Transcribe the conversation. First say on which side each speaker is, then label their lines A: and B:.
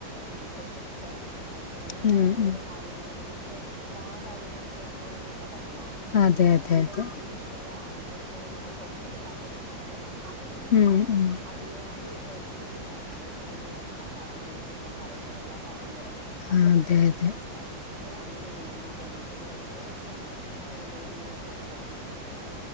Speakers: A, on the right; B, on the left.
A: ടീച്ചേഴ്‌സൊക്കെ ഫോണിലാണ്
B: ഉം
A: ഓരോരോ
B: ഉം.
A: കാര്യങ്ങള് നമക്ക് എല്ലാ കാര്യങ്ങളും ചെയ്യാൻ ഫോണിലല്ല പറയാ നമ്മുടേതായിട്ടുള്ള
B: അതെ അതെ അതെ
A: രീതീസിള്ള ഐഡിയാസ് നമ്മള് പുറത്തെടുക്കാത്തിരി കൊണ്ട് അവരും നമ്മളെ
B: ഉം ഉം
A: അതിലേ ക്ക് എത്തിക്കുന്നാണ് അവര് ഫോണിലാണ് എല്ലാ സാധനങ്ങളും ചെയ്യാൻ പറയുന്നത് എല്ലാ കാര്യങ്ങളും അതിലേക്കാണ്
B: അതെ അതെ
A: നമ്മളെ അങ്ങന ചെയ്യണം ഇങ്ങനെ ചെയ്യണം പിന്നെ എന്റെ മിസ് തന്നെ ഫോണിലന്നെ നോക്കിട്ട പഠിപ്പിക്കുന്നെ